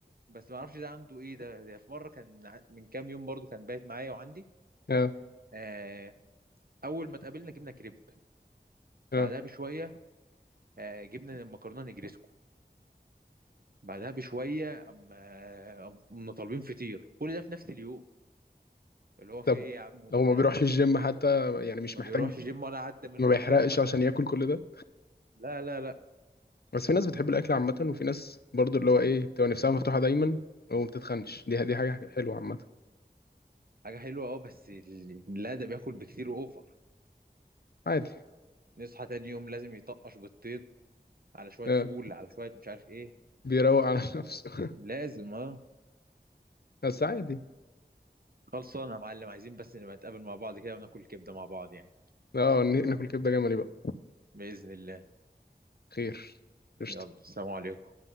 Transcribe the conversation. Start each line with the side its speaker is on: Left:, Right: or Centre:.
Right: بس ما اعرفش ده عنده ايه ده, ده في مره كان ع- من كام يوم برضه كان بايت معايا وعندي
Left: اه
Right: آه اول ما اتقابلنا جبنا كريب
Left: اه
Right: بعدها بشويه آه، جبنا المكرونه نجريسكو بعدها بشويه اما كنا طالبين فطير كل ده في نفس اليوم اللي هو في
Left: طب
Right: ايه يا عم وانت
Left: لو ما بيروحش الجيم حتى يعني مش
Right: ما
Left: محتاج
Right: بيروحش جيم ولا عدى من
Left: ما
Right: قدامه
Left: بيحرقش
Right: مثلا
Left: عشان ياكل كل ده
Right: لا لا لا
Left: بس في ناس بتحب الاكل عامه وفي ناس برضو اللي هو ايه بتبقى نفسها مفتوحه دايما وما بتتخنش دي دي حاجه حلوه عامه
Right: حاجه حلوه اه بس ال- لا ده بياكل بكتير اوفر
Left: عادي
Right: نصحى تاني يوم لازم يطقش بالطين على شويه
Left: آه،
Right: فول على شويه مش عارف ايه
Left: بيروق على <laughs> نفسه
Right: لازم اه
Left: بس عادي
Right: خلصانه يا معلم عايزين بس نبقى نتقابل مع بعض كده وناكل كبده مع بعض يعني
Left: اه ن- ناكل كبده جملي بقى
Right: باذن الله
Left: خير قشطه
Right: يلا سلام عليكم